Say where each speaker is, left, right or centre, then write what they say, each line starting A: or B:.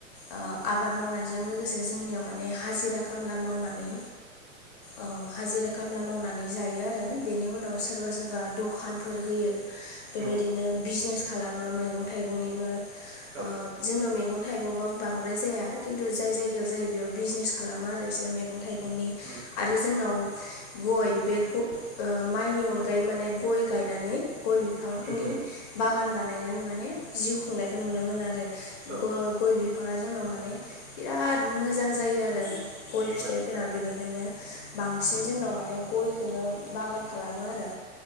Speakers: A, on the left; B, on the right.
A: ओ आबाद मावनायजों लोगोसे जोंनियाव माने हाजिरा कामला मावनानै औ हाजिरा कामला मावनानै जायो आरो बेनि उनाव सोरबा सोरबा दखानफोर होयो। बेबायदिनो
B: उम
A: बिजनेस खालामो मैगं थाइगंनिबो
B: औ
A: ओ जोंनाव मैगं थाइगंबाबो बांद्राय जाया किन्थु जाय जायगायाव जायो बेयाव बिजनेस खालामो आरो इसोर मैगं थाइगंनि
B: उम
A: आरो जोंनाव गय बे माइनि अनगायै माने गय गायनानै गय बिफांनि
B: उम
A: बागान बानायनानै माने जिउ खुंनायखौ नुनो मोनो आरो
B: औ
A: ग बि फाङा जोंनाव माने बिराद मोजां जायो आरो गय फिथाइफोरा
B: आदसा
A: बेनिखायनो बांसिन
B: उम
A: जोंनाव माने गयखौनो बागान खालामो आरो